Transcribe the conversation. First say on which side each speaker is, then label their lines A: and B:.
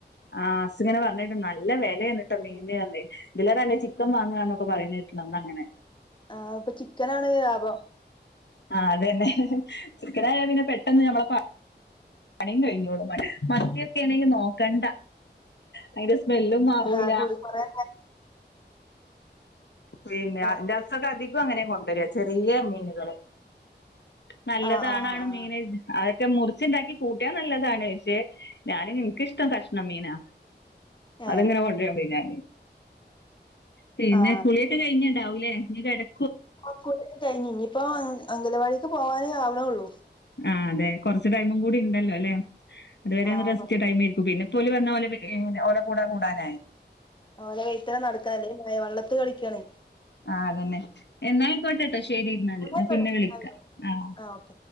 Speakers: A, on the left; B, on the left.
A: ആഹ് ഹസ് ഇങ്ങനെ പറഞ്ഞായിരുന്നു നല്ല വിലയന്നിട്ടോ മീനിന് തന്നെ, ഇതിലും നല്ലത് ചിക്കൻ വാങ്ങുകന്നൊക്കെ പറയുന്ന കേട്ട്. അതെന്താ അങ്ങനെ
B: ആഹ് ഇപ്പൊ ചിക്കനാണ് ലാഭം.
A: ആഹ് അതന്നെ ചിക്കാനായ പിന്നെ പെട്ടെന്ന് ഞമ്മളെ പണി- പണിയും കഴിഞ്ഞോളും പന്നിയൊക്കെ ആണെങ്കിൽ നോക്കണ്ട അതിന്റെ സ്മെൽ- സ്മെല്ലും മാറുല്ല-
B: ആ കൂടി കൊറേ
A: പിന്നെ
B: ആ
A: <unintelligible> ഇപ്പോ അങ്ങനെ കൊണ്ടുവരാ ചെറിയ മീനുകൾ നല്ലതണാണ്
B: ആ ആ ആ
A: മീന്- ഒക്കെ മുറിച്ചിണ്ടാക്കി കൂട്ടിയാ നല്ലതാണ്. പക്ഷെ ഞാനും എനിക്കിഷ്ടം കഷ്ണം മീനാ.
B: ഏ
A: അതെങ്ങനെ കൊണ്ട് വരും പിന്നെ. പിന്നെ
B: ആ
A: കുളിയൊക്കെ കഴിഞ്ഞ് ഇണ്ടാവുലേ നീ കിട-
B: ആ കുളി ഒക്കെ കഴിഞ്ഞ് ഇനിയിപ്പോ അംഗലവാടിക്ക് പോവാനേ ആവണേ ഒള്ളൂ.
A: ആ അതെ, കുറച്ച് ടൈമും കൂടി ഉണ്ടല്ലോ അല്ലെ അതുവരെ
B: ആ
A: ഒന്ന് റസ്റ്റ്
B: കൊറച്ച്
A: ടൈമായിരിക്കും പിന്നെ ഇപ്പോൽ വന്ന ഓലെ ഓല കൂടാ കൂടാനായി
B: ഓല കൈത്തന നടക്കണല്ലേ അല്ലങ്കിൽ പിന്നെ വള്ളത്ത് കളിക്കാണ്
A: ആഹ് അതന്നെ എന്നാ ആയിക്കോട്ടെ. അപ്പോ ശരിയെന്നാൽ. എന്നാ
B: ആയിക്കോട്ടെ
A: പിന്നെ വിളിക്കാം
B: ആയിക്കോട്ടെ
A: ആഹ്.
B: ആ ഓക്കെ